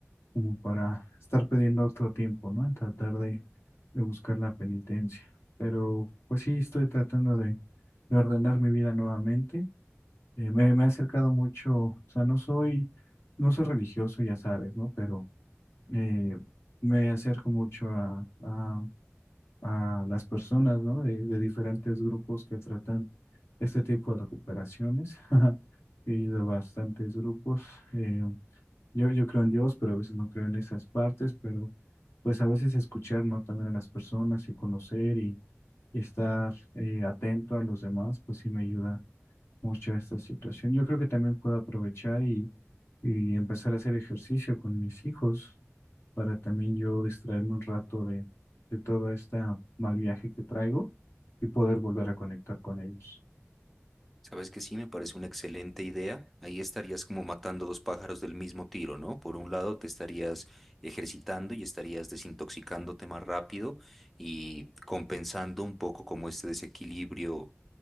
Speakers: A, on the left; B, in the centre.
A: como para estar pidiendo otro tiempo, ¿no? En tratar de, de buscar la penitencia. Pero pues sí, estoy tratando de, de ordenar mi vida nuevamente. Eh, me, me he acercado mucho, o sea, no soy, no soy religioso, ya sabes, ¿no? Pero eh, me acerco mucho a, a, a las personas, ¿no? De, de diferentes grupos que tratan este tipo de recuperaciones. <laughs> He ido a bastantes grupos. eh, yo, yo creo en Dios, pero a veces no creo en esas partes, pero pues a veces escuchar, ¿no? También a las personas y conocer y, y estar eh, atento a los demás, pues sí me ayuda mucho a esta situación. Yo creo que también puedo aprovechar y, y empezar a hacer ejercicio con mis hijos para también yo distraerme un rato de, de todo este mal viaje que traigo y poder volver a conectar con ellos.
B: Sabes que sí, me parece una excelente idea. Ahí estarías como matando dos pájaros del mismo tiro, ¿no? Por un lado, te estarías ejercitando y estarías desintoxicándote más rápido y compensando un poco como este desequilibrio